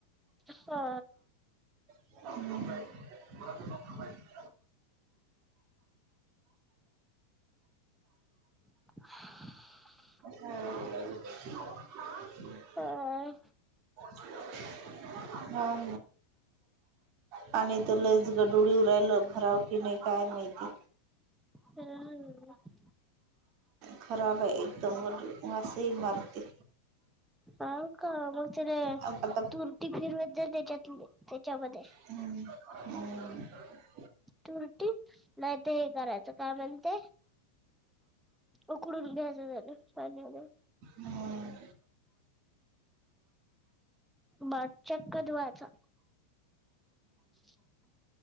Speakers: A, in the centre; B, on the right (about 40°).
A: हा.
B: <unintelligible> <unintelligible>
A: <unintelligible>
B: <unintelligible>
A: काय?
B: ना <unintelligible> पाणी तर लयच गडुळ येऊ राहिलं भराव की नाही काय माहिती
A: हम् <unintelligible>
B: खराब है एकदम व तै वास हि मारते.
A: हा का मग ते
B: आता
A: तुरटी फिरवत जा त्याच्यात त्याच्यामध्ये.
B: हम हम <unintelligible>
A: तुरटी नाहीतर हे करायचं काय म्हणते उकडून घ्याचच त्याले पाण्याले
B: हम्म
A: बर चक्क धुवायचा <unintelligible>